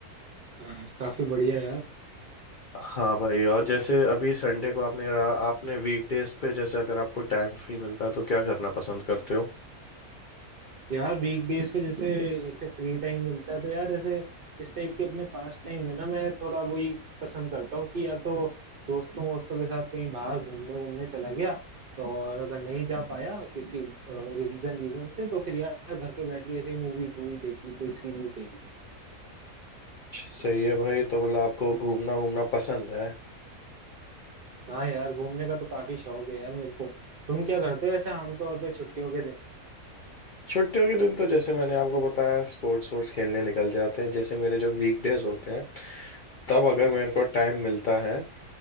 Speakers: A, on the right; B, on the left.
A: हाँ काफी बढ़िया यार
B: हाँ भाई और जैसे अभी संडे को आपने रहा आपने वीकडेज पे जैसे अगर आपको टाइम फ्री मिलता है तो क्या करना पसंद करते हो
A: यार वीकडेज पे जैसे ऐसे फ्री टाइम मिलता है तो यार ऐसे इस टाइप के अपने पास टाइम में ना मैं थोड़ा वही पसंद करता हूँ कि या तो दोस्तों वोस्तों के साथ कहीं बाहर घूमने वूमने चला गया और अगर नहीं जा पाया किसी रीजन वीजन से तो फिर यार घर पे बैठ के ऐसे मूवी वूवी देख ली कोई सीरीज देख ली
B: सही है भाई तो मतलब आपको घूमना घूमना पसंद है
A: हाँ यार घूमने का तो काफी शौक है यार मेरे को तुम क्या करते हो ऐसे आमतौर पे छुट्टियों के दिन
B: छुट्टियों के दिन तो जैसे मैंने आपको बताया स्पोर्ट्स वोर्ट्स खेलने निकल जाते हैं जैसे मेरे जो वीकडेज होते हैं तब अगर मेरे को टाइम मिलता है